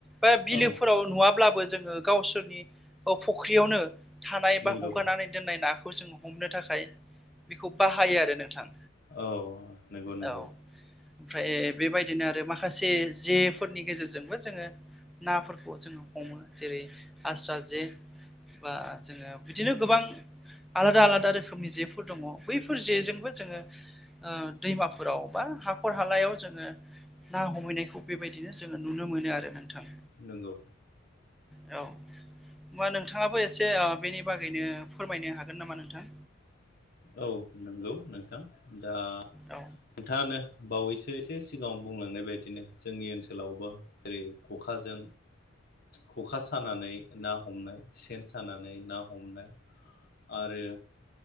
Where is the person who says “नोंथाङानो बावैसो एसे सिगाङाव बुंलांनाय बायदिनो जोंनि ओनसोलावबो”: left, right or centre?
Left